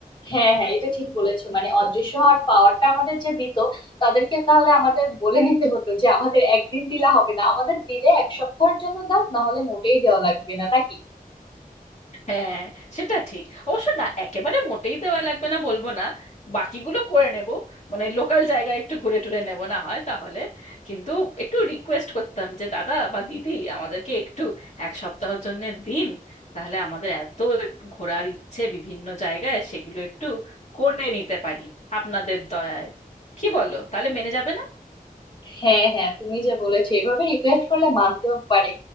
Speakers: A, on the left; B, on the left.
A: হ্যাঁ হ্যাঁ এটা ঠিক বলেছো মানে অদৃশ্য হওয়ার পাওয়ারটা আমাদের যে দিত তাদেরকে তাহলে আমাদের বলে নিতে হতো যে আমাদের একদিন দিলে হবে না আমাদের দিলে এক সপ্তাহের জন্য দাও না হলে মোটেই দেওয়া লাগবে না নাকি
B: হ্যাঁ সেটা ঠিক অবশ্য না একেবারে মোটেই দেওয়া লাগবে না বলবো না বাকিগুলো করে নেব মানে লোকাল জায়গায় একটু ঘুরে টুরে নেব না হয় তাহলে কিন্তু একটু রিকোয়েস্ট করতাম যে দাদা বা দিদি আমাদেরকে একটু এক সপ্তাহের জন্য দিন তাহলে আমাদের এত একটু ঘোরার ইচ্ছে বিভিন্ন জায়গায় সেগুলো একটু করে নিতে পারি আপনাদের দয়ায় কি বলো তাহলে মেনে যাবে না
A: হ্যাঁ হ্যাঁ তুমি যে বলেছো এভাবে রিকোয়েস্ট করলে মানতেও পারে